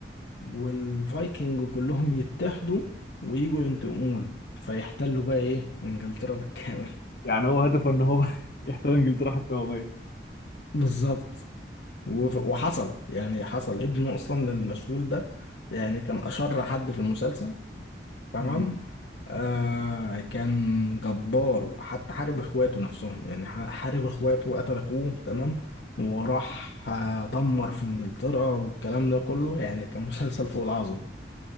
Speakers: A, on the left; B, on the left.
A: والفايكنج كلهم يتحدوا ويجوا ينتقموا له فيحتلوا بقى ايه انجلترا بالكامل <laughs>
B: يعني هو هدفه إن هو <laughs> يحتل إنجلترا حتى وهو ميت
A: بالظبط وف- وحصل يعني حصل ابنه اصلا للمشلول ده يعني كان اشر حد في المسلسل تمام
B: امم
A: آه كان جبار حتى حارب اخواته نفسهم يعني ح- حارب اخواته وقتل اخوه تمام وراح آه، دمر في انجلترا والكلام ده كله يعني كان مسلسل فوق العظم